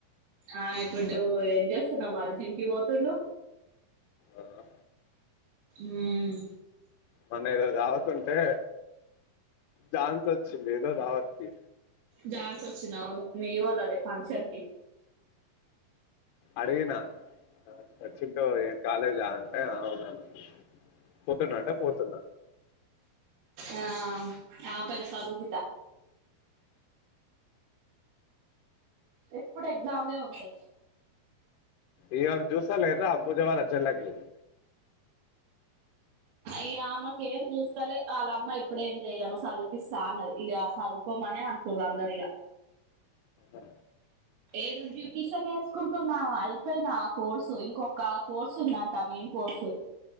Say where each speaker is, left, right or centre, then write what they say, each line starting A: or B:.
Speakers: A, on the right; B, on the left.
A: ఆ ఇప్పుడు ఏం చేస్తున్నాం మరి జిమ్ కి పోతుండు
B: ఆ
A: హ్మ్మ్
B: మొన్న ఏదో దావత్ ఉంటే ఝాన్సి వచ్చింది ఏదో దావత్కి
A: ఝాన్సి వచ్చింది అవును మీ వాళ అదే ఫంక్షన్ కి
B: అడిగిన వచ్చింట కాలేజా ఆ అవునవును పోతున్నా అంట పోతున్నా
A: ఆ ఆ బిడ్డ చదువు బిడ్డ ఎప్పుడు ఎగ్జామ్లే ఉంటాదీ
B: ఇవగ్ చూస్తాలేదా ఆ పూజ వాలా చల్కి
A: ఈ అమ్మకి ఏం చూస్తాలే వాళ్ళ అమ్మ ఇప్పుడేం చెయ్యను చదిపిస్తా అన్నది ఇక చదుకోమని అంట్ర అందరు ఇక
B: ఆ
A: ఏద బ్యూటీషియన్ నేర్చుకుంటున్న అయిపోయినా కోర్సు ఇంకొక కోర్సు ఉందంట మీ కోర్స్